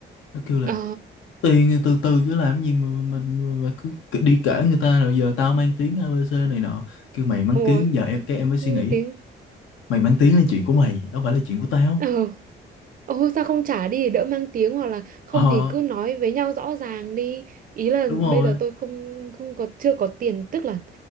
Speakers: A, on the left (about 80°); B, on the right (about 45°).
A: nó kêu là
B: ờ
A: tiền từ từ cứ làm gì mà mình mà cứ đi kể người ta rồi giờ tao mang tiếng ABC này nọ kêu mày mang
B: ôi
A: tiếng giờ em cái em mới suy
B: nhưng
A: nghĩ
B: mà tiếng
A: mày mang tiếng là chuyện của mày đâu phải là chuyện của tao
B: ờ ô sao không trả đi để đỡ mang tiếng hoặc là không
A: ờ
B: thì cứ nói với nhau rõ ràng đi ý là
A: đúng rồi
B: bây giờ tôi không không có chưa có tiền tức là